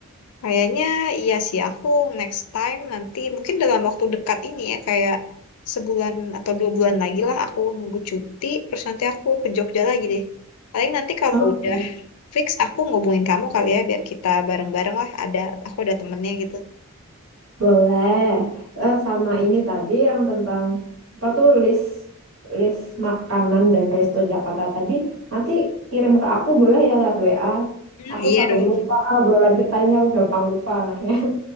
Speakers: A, on the left; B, on the right.
A: Kayaknya iya sih aku next time nanti mungkin dalam waktu dekat ini ya kayak sebulan atau dua bulan lagi lah aku nunggu cuti terus nanti aku ke Jogja lagi deh. Paling nanti kalau
B: Oh,
A: udah
B: boleh.
A: Fix aku ngubungin kamu kali ya biar kita bareng-bareng lah ada aku ada temennya gitu.
B: Boleh. Eh, sama ini tadi yang tentang apa tuh list list makanan dan resto Jakarta tadi. Nanti kirim ke aku boleh ya lewat WA.
A: Hmm,
B: Aku
A: iya
B: takut
A: dong.
B: lupa obrolan kita ini aku gampang lupa anaknya.